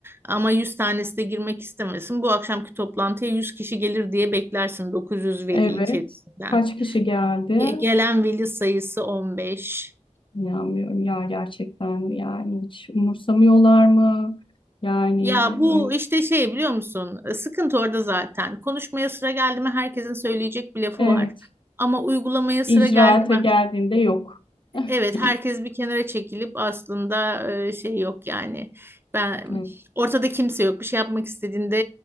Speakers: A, on the right (about 20°); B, on the left (about 40°).
A: Ama 100 tanesi de girmek istemesin. Bu akşamki toplantıya 100 kişi gelir diye beklersin 900 veli
B: Evet.
A: içerisinden.
B: Kaç kişi geldi?
A: Ge- Gelen veli sayısı 15.
B: İnanmıyorum ya gerçekten yani hiç umursamıyorlar mı? Yani
A: Ya bu
B: ön-
A: işte şey biliyor musun? E, Sıkıntı orada zaten. Konuşmaya sıra geldi mi herkesin söyleyecek bir lafı
B: evet
A: var. Ama uygulamaya sıra
B: icraate
A: geldi mi?
B: geldiğinde yok. <laughs>
A: Evet, herkes bir kenara çekilip aslında e, şey yok yani. Ben
B: Evet.
A: ortada kimse yok. Bir şey yapmak istediğinde